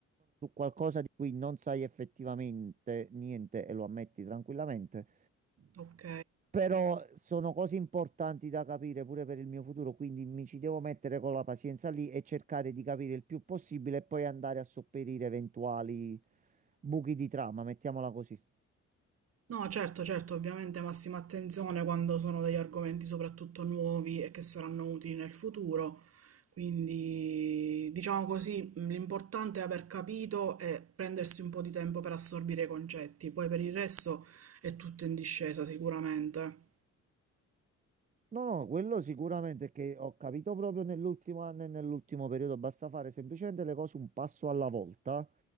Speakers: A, on the right (about 25°); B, on the right (about 50°).
A: su qualcosa di cui non sai effettivamente niente e lo ammetti tranquillamente.
B: ok.
A: Però sono cose importanti da capire pure per il mio futuro, quindi mi ci devo mettere con la pazienza lì e cercare di capire il più possibile e poi andare a sopperire eventuali buchi di trama, mettiamola così.
B: No, certo, certo, ovviamente massima attenzione quando sono degli argomenti soprattutto nuovi e che saranno utili nel futuro. Quindi, diciamo così, mh, l'importante è aver capito e prendersi un po' di tempo per assorbire i concetti. Poi per il resto è tutto in discesa, sicuramente.
A: No, no, quello sicuramente è che ho capito proprio nell'ultimo anno e nell'ultimo periodo, basta fare semplicemente le cose un passo alla volta,